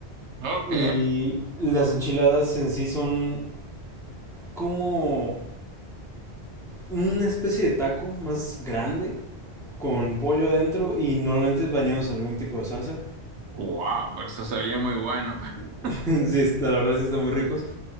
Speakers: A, on the right (about 80°); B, in the centre.
A: Ok.
B: Y las enchiladas en sí son como una especie de taco más grande con pollo adentro y normalmente bañados en algún tipo de salsa.
A: Wow, pero eso se oye muy bueno. <laughs>
B: <laughs> sí, es- la verdad sí están muy ricos.